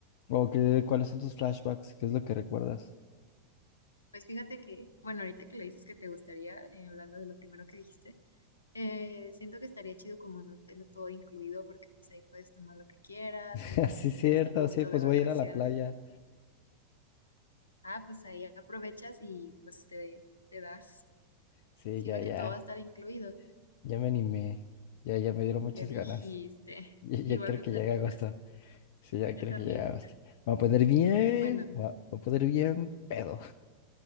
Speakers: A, on the left; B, on the left.
A: o qué, cuáles son tus flashbacks, qué es lo que recuerdas.
B: Pues fíjate que, bueno, ahorita que le dices que te gustaría, eh, hablando de lo primero que dijiste, eh, siento que estaría chido como un hotel todo incluido porque pues ahí puedes tomar lo que quieras
A: <laughs>
B: y pues
A: Sí, cierto,
B: estás a gusto
A: sí, pues
B: de vacaciones
A: voy a ir a la playa.
B: Ah, pues ahí aprovechas y pues te, te das.
A: Sí,
B: Sirve
A: ya,
B: que
A: ya,
B: todo va a estar incluido.
A: ya me animé, ya, ya me dieron muchas
B: Ya dijiste.
A: ganas.
B: <laughs>
A: Ya, ya
B: Igual
A: quiero
B: me
A: que
B: platicas.
A: llegue agosto, sí, ya
B: Yo
A: quiero
B: también.
A: que llegue agosto. Me voy a poner bien,
B: Bueno,
A: me voy a me voy a poner bien pedo.